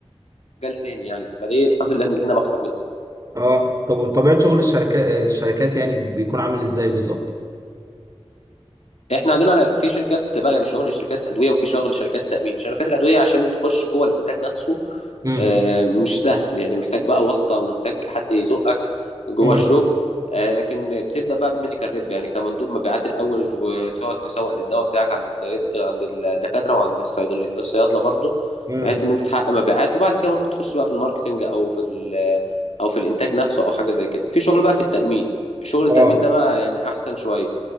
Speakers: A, on the left; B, on the right.
A: مجال تاني يعني فدي الحمد لله ان لينا مخرج منها
B: اه طب وطبيعه شغل الشركات الشركات يعني بيكون عامل ازاي بالظبط
A: احنا عندنا أنا- في شركات بقى يعني شغل شركات ادوية وفي شغل شركات تأمين شركات الادوية عشان تخش جوه الانتاج نفسه
B: امم
A: آه، مش سهل يعني محتاج بقى واسطة ومحتاج حد يزقك جوه
B: امم
A: الشغل آه، لكن بتبدأ بقى بميديكال ريب يعني كمندوب مبيعات الأول وتقعد تسوق للدواء بتاعك عند الصيد عند الدكاترة وعند الصيدلي الصيادلة برضو
B: امم
A: بحيث إن أنت تحقق مبيعات وبعد كده ممكن تخش بقى في الماركتينج أو في ال أو في الإنتاج نفسه أو حاجة زي كده في شغل بقى في التأمين شغل التأمين
B: اه
A: ده بقى يعني أحسن شوية